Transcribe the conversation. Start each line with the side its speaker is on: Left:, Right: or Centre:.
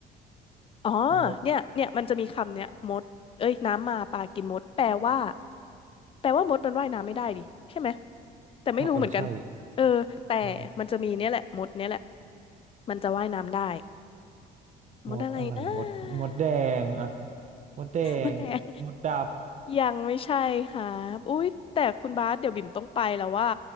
Left: อ๋อ
Right: มด
Left: เนี่ยเนี่ยมันจะมีคำเนี้ยมดเอ้ยน้ำมาปลากินมดแปลว่าแปลว่ามดมันว่ายน้ำไม่ได้ดิใช่ไหมแต่ไม่รู้เหมือนกัน
Right: อ้าวเออใช่
Left: เออแต่มันจะมีเนี่ยแหละมดเนี่ยแหละ
Right: อ๋อ
Left: มันจะว่ายน้ำได้ มดอะไรนะ
Right: มดอะไรอ่ะมดมดแดงอ่ะมดแดง
Left: มดแดง
Right: มดด
Left: ยังไม่ใช่ค่ะอุ๊ยแต่คุณบาสเดี๋ยวบิ่มต้องไปแล้วว่า